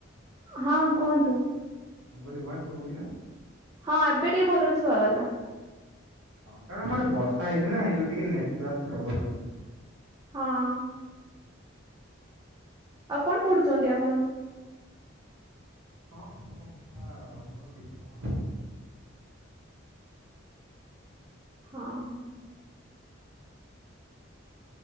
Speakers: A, on the right (about 20°); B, on the right (about 80°).
A: ହଁ କୁହନ୍ତୁ।
B: ମୁଁ କିହିଲି ଭଏସ୍ ଶୁଭୁଚି ନା।
A: ହଁ ଏବେ ଟିକେ ଭଲରେ ଶୁଭାଗଲା।
B: ହଁ କାରଣ ଆମ ଆଡେ ବର୍ଷା ହେଇଛି ନା ସେଇ ଯୋଉ ଟିକେ ନେଟୱର୍କ ଟ୍ରବୁଲ ରହୁଛି।
A: ହଁ। ଆଉ କଣ ପଢୁଛନ୍ତି ଆପଣ।
B: ହଁ ମୁଁ ଅବିକା ମୋର ଡିପ୍ଲୋମା <inaudible>
A: ହଁ ହଁ।